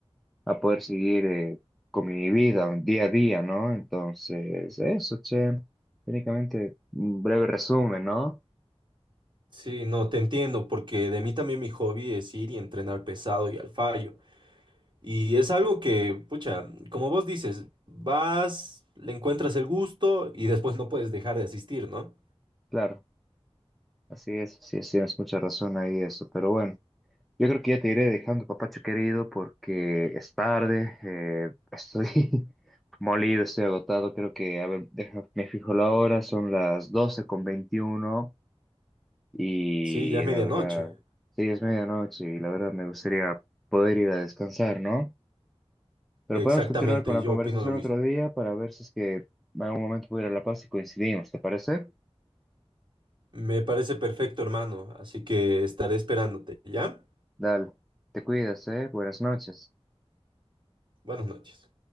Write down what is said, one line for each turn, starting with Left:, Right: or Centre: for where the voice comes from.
Centre: a poder seguir eh, con mi vida un día a día, ¿no? Entonces, eso, che, técnicamente un breve resumen, ¿no?
Right: Sí, no, te entiendo, porque de mí también mi hobby es ir y entrenar pesado y al fallo. Y es algo que, pucha, como vos dices, vas, le encuentras el gusto y después no puedes dejar de asistir, ¿no?
Centre: Claro, así es, sí, sí, tienes mucha razón ahí eso, pero bueno, yo creo que ya te iré dejando, papacho querido, porque es tarde, eh, estoy <laughs> molido, estoy agotado, creo que, a ver, deja- me fijo la hora, son las 12 con 21 y
Right: Sí, ya es medianoche.
Centre: la verdad, sí, es medianoche y la verdad me gustaría poder ir a descansar, ¿no? Pero
Right: Exactamente,
Centre: podemos continuar con la
Right: yo
Centre: conversación
Right: opino lo mismo.
Centre: otro día para ver si es que en algún momento pudiera ir a La Paz y coincidimos, ¿te parece?
Right: Me parece perfecto, hermano, así que estaré esperándote, ¿ya?
Centre: Dale, te cuidas, ¿eh? Buenas noches.
Right: Buenas noches.